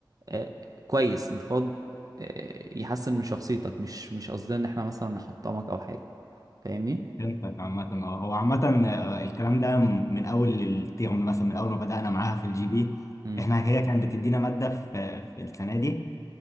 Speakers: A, on the right (about 45°); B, on the left (about 40°).
A: آه، كويس انتقاد آه، يحسن من شخصيتك مش مش قصدنا ان احنا مثلا نحطمك او حاجه فاهمني
B: فهمتك عامة اه هو عامة آه، الكلام ده م- من اول الترم مثلا من اول ما بدأنا معاها في الجي بي
A: امم
B: احنا هي كانت بتدينا مادة في في السنة دي